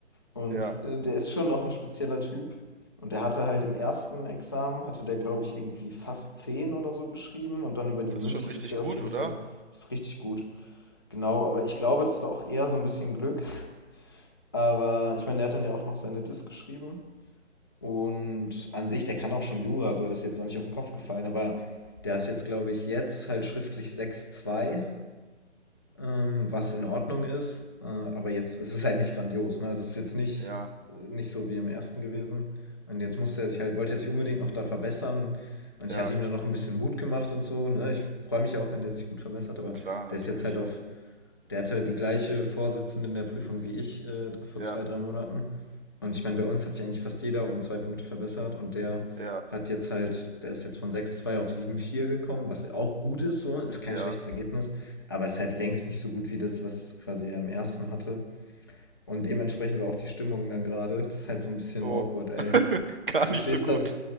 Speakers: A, on the left; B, on the right.
A: Und
B: ja.
A: äh, der ist schon noch ein spezieller Typ. Und der hatte halt im ersten Examen, hatte der, glaube ich, irgendwie fast 10 oder so geschrieben. Und dann über die
B: Das
A: mündliche
B: ist schon richtig
A: ist der
B: gut,
A: auf jeden
B: oder?
A: Fall, ist richtig gut. Genau, aber ich glaube, das war auch eher so ein bisschen Glück. Aber ich meine, der hat dann ja auch noch seine Diss geschrieben. Und an sich, der kann auch schon Jura, so das ist jetzt auch nicht auf den Kopf gefallen, aber der hat jetzt, glaube ich, jetzt halt schriftlich 6-2, ähm, was in Ordnung ist. Äh, aber jetzt, es ist halt nicht grandios, ne? Also es ist jetzt nicht,
B: Ja,
A: nicht so wie im ersten gewesen. Und jetzt musste er sich halt, wollte er sich unbedingt noch da verbessern. Und
B: ja,
A: ich hatte ihm dann noch ein bisschen Mut gemacht und so, ne? Ich freue mich ja auch, wenn der sich gut verbessert, aber
B: klar, natürlich.
A: der ist jetzt halt auf der hatte die gleiche Vorsitzende in der Prüfung wie ich äh, vor
B: Ja,
A: zwei, drei Monaten. Und ich meine, bei uns hat sich eigentlich fast jeder um zwei Punkte verbessert und der
B: ja,
A: hat jetzt halt, der ist jetzt von sechs Komma zwei auf sieben Komma vier gekommen, was auch gut ist, so, ist kein
B: ja.
A: schlechtes Ergebnis, aber ist halt längst nicht so gut wie das, was quasi er im ersten hatte. Und dementsprechend war auch die Stimmung dann gerade. Das ist halt so ein bisschen
B: Oh,
A: awkward,
B: <laughs>
A: ey.
B: gar
A: Du
B: nicht
A: stehst
B: so gut.
A: da,